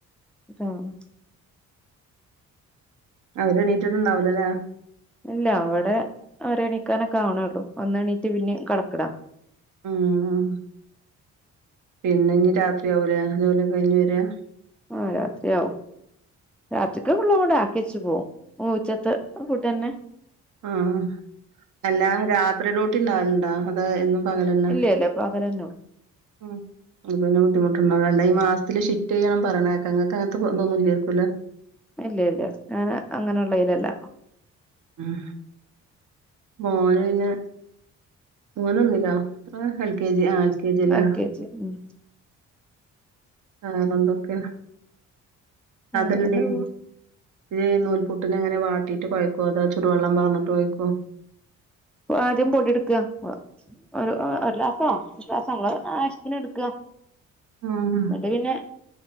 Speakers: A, in the centre; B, on the right.
A: <unintelligible>
B: അവര് എണ്ണീറ്റിട്ട്ണ്ടാവില്ലല്ലേ
A: ഇല്ല അവിടെ അവര് എണീക്കാനൊക്കെ ആവണേ ള്ളൂ ഒന്ന് എണീറ്റ് പിന്നേം കെടക്കടാം
B: മ്ഹ് പിന്നെ ഇനി രാത്രിയാവുല്ലേ ജോലിയൊക്കെ കഴിഞ്ഞ് വരിക
A: ആഹ് രാത്രിയാവും രാത്രിക്ക്‌ ഫുള്ളും ഇവിടെ ആക്കിയേച്ചു പോകും ഓ ഉച്ചത്തെ ഫുഡ് തന്നെ
B: ആഹ് അല്ല രാത്രി ഡ്യൂട്ടി ഉണ്ടാവലുണ്ടോ അത് എന്നും പകലന്നെ
A: <unintelligible> പകരന്നോ
B: ഉം അത് പിന്നെ ബുദ്ധിമുണ്ടാവ അല്ല ഈ മാസത്തില് ഷിഫ്റ്റ് ചെയ്യണം പറേണ കേക്കാം നിങ്ങക്ക് അങ്ങനത്തെ ഇതൊന്നും ഇല്ലാരിക്കുല്ലേ
A: ഇല്ല ഇല്ല ഞാന് അങ്ങനെയുള്ളതിലല്ല
B: ഉം മോന് പിന്നെ മോൻ ഒന്നിലാ എത്ര എൽ കെ ജി ആഹ് എൽ കെ ജീലാ
A: എൽ കെ ഉം
B: വേറെ എന്തൊക്കയ
A: വേറെങ്ങനെ
B: അതെന്തിയെ
A: പോണ്
B: ഇത് നൂൽപുട്ടിന് എങ്ങനെ വാട്ടീട്ട് കൊഴക്കോ അതോ ചൂട് വെള്ളം പകർന്നിട്ട് ഒഴിക്കോ
A: ആദ്യം പൊടിയെടുക്കുക ഒരു ഒരുഗ്ലാസാ <unintelligible> ഗ്ലാസി അങ്ങനെ ആവശ്യത്തിന് എടുക്കുക
B: ആഹ്
A: അത് പിന്നെ